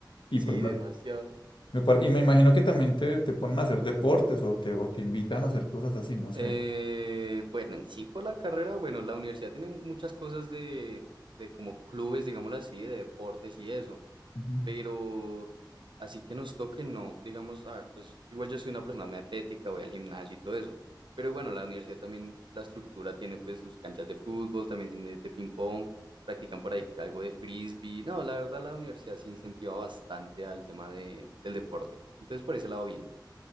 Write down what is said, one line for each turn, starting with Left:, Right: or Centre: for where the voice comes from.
Left: Y
Right: Sí,
Left: pues me,
Right: demasiado.
Left: me par- y me imagino que también te, te ponen a hacer deportes o te, o te invitan a hacer cosas así, no sé.
Right: Eh, bueno, en sí por la carrera, bueno, la universidad tiene muchas cosas de, de como clubes, digámoslo así, de deportes y eso,
Left: Ujú.
Right: pero así que nos toque, no, digamos, a ver, pues igual yo soy una persona muy atlética, voy al gimnasio y todo eso, pero bueno, la universidad también, la estructura tiene pues sus canchas de fútbol, también tiene de ping pong, practican por ahí que algo de frisbee, no, la verdad la universidad se incentiva bastante al tema de, del deporte, entonces por ese lado bien.